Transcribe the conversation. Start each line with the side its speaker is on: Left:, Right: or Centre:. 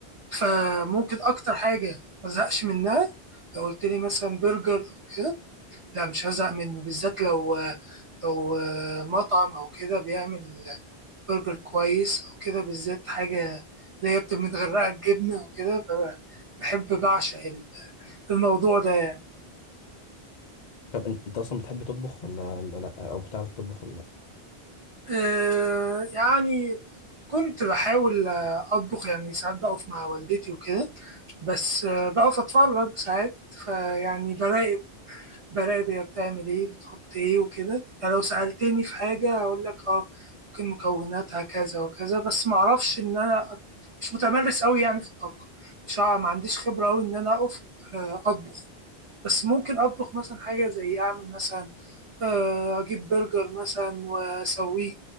Right: فممكن اكتر حاجه ما ازهقش منها لو قلت لي مثلا برجر او كده لا مش هزهق منه بالذات لو آه، لو آه، مطعم او كده بيعمل برجر كويس او كده بالذات حاجه اللي هي بتبقى متغرقه بجبنه وكده ببقى- بحب بعشق الموضوع ده يعني
Left: طب أنت أنت أصلا بتحب تطبخ ولا ولا لأ أو بتعرف تطبخ ولا لأ
Right: آه، يعني كنت بحاول آه، أطبخ يعني ساعات بقف مع والدتي وكده بس آه، بقف أتفرج ساعات فيعني براقب براقب هي بتعمل إيه بتحط إيه وكده يعني لو سألتني في حاجة أقول لك أه ممكن مكوناتها كذا وكذا بس معرفش إن أنا أت- مش متمرس أوي يعني في الطبخ مش ع- ما عنديش خبرة أوي إن أنا أقف آه، أطبخ بس ممكن أطبخ مثلا حاجة زي أعمل مثلا آه، أجيب برجر مثلا وأسويه